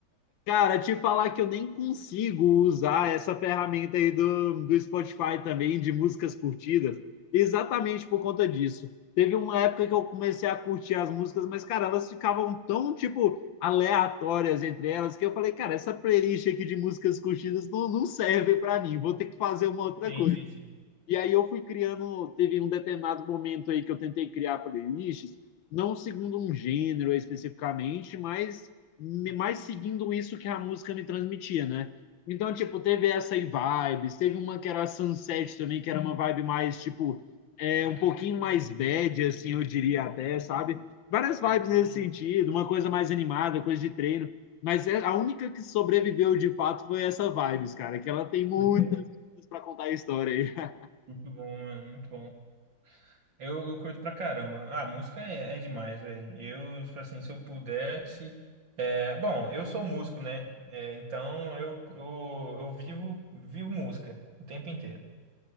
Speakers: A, on the left (about 80°); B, on the right (about 75°).
A: Cara, te falar que eu nem consigo usar essa ferramenta aí do, do Spotify também, de músicas curtidas, exatamente por conta disso. Teve uma época que eu comecei a curtir as músicas, mas, cara, elas ficavam tão, tipo, aleatórias entre elas, que eu falei, cara, essa playlist aqui de músicas curtidas não, não serve para mim, vou ter que fazer uma outra
B: Sim,
A: coisa.
B: sim, sim.
A: E aí eu fui criando, teve um determinado momento aí que eu tentei criar playlists, não segundo um gênero especificamente, mas mais seguindo isso que a música me transmitia, né? Então, tipo, teve essa aí vibes, teve uma que era Sunset também, que era uma vibe mais, tipo, é, um pouquinho mais bad, assim, eu diria até, sabe? Várias vibes nesse sentido, uma coisa mais animada, coisa de treino. Mas é- a única que sobreviveu de fato foi essa vibes, cara, que ela tem muito
B: <laughs>
A: para contar a história aí.
B: Muito bom, mano, muito bom. Eu, eu curto pra caramba. Ah, música é, é demais, velho. Eu, tipo assim, se eu pudesse. É, bom, eu sou músico, né? É, então eu, eu, eu vivo, vivo música o tempo inteiro.